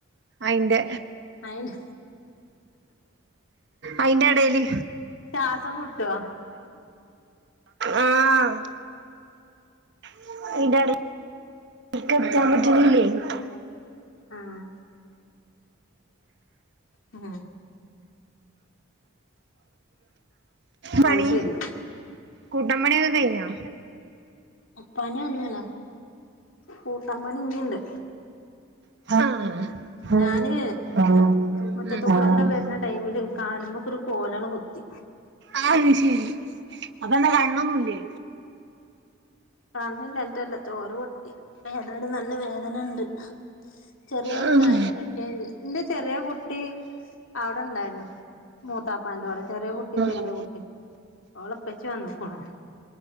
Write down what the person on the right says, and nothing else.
അയിന്റെ
അയിന്റെടേല്
ആഹ് <unintelligible>
പണി
കൂട്ടാമ്പണിയൊക്കെ കഴിഞ്ഞോ
ആഹ്
ആഹ് ആഹ്
അയ്ശരി അതണ്ടാ കണ്ണൊന്നുല്ലേ
ഉം
ഉം